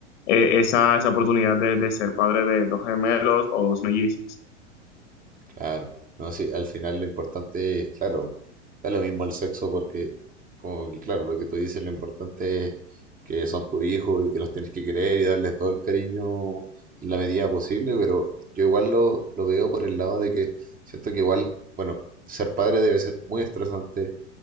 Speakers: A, on the left; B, on the right.
A: eh, esa, esa oportunidad de, de ser padre de dos gemelos o dos mellizos.
B: Claro, no, sí, al final lo importante es, claro, da lo mismo el sexo porque, como, que, claro, lo que tú dices, lo importante es que son tus hijos y que los tienes que querer y darle todo el cariño en la medida posible, pero yo igual lo, lo veo por el lado de que siento que igual, bueno, ser padre debe ser muy estresante,